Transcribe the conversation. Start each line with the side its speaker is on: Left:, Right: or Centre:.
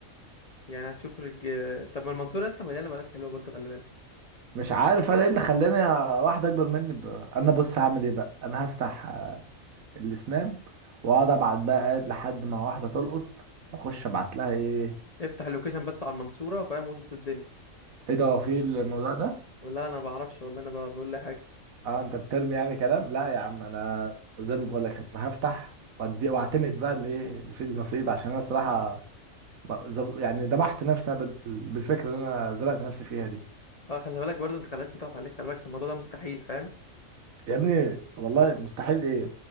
Left: يعني هتشوف رج... طب ما المنصورة يا اسطى مليانة بنات حلوة برضه خلي بالك
Right: مش عارف انا ايه اللي خلاني واحد اكبر مني ب... انا بص هعمل ايه بقى انا هفتح آه، السناب واقعد ابعت بقى قاعد لحد ما واحده تلقط واخش ابعت لها ايه
Left: افتح اللوكيشن بس على المنصورة فاهم واظبط الدنيا
Right: ايه ده هو في الموضوع ده
Left: والله انا ما بعرفش والله انا ب- بقول لي حاجة
Right: اه انت بترمي يعني كلام لا يا عم انا زي ما بقول لك انا هفتح وأدي- واعتمد بقى اللي ايه اللي فيه النصيب عشان انا الصراحه ب- ز- يعني ذبحت نفسي بال... بالفكره اللي انا زرعت نفسي فيها دي
Left: اه خلي بالك برضه انت خلاش تضغط عليك خلي بالك عشان الموضوع ده مستحيل فاهم
Right: يا ابني والله مستحيل ايه